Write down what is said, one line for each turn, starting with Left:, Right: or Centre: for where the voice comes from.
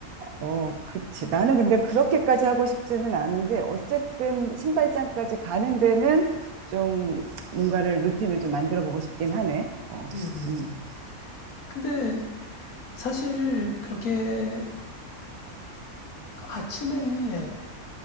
Right: 어, 그치. 나는 근데 그렇게까지 하고 싶지는 않은데, 어쨌든 신발장까지 가는 데는 좀 뭔가를 루틴을 좀 만들어 보고 싶긴 하네. 어,
Left: 음.
Right: 음,
Left: 근데 사실 그렇게 아침에